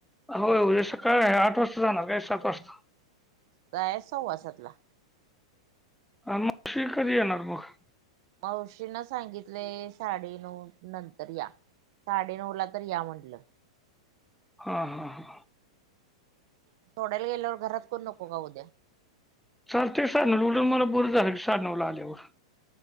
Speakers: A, in the centre; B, on the right (about 55°).
A: होय. उद्या सकाळी आठ वाजता जाणार का? सात वाजता?
B: जायायचं सव्वासातला.
A: अन मग <unintelligible> येनार मग
B: मावशींना सांगितले साडेनऊ नंतर या. साडे नऊ ला तर या म्हटलं.
A: हा हा हा.
B: सोडायला गेल्यावर घरात कोण नको का उद्या?
A: चालतंय सांनव ल उडून मला बरं झालं की मला साडेनऊ ला आल्यावर,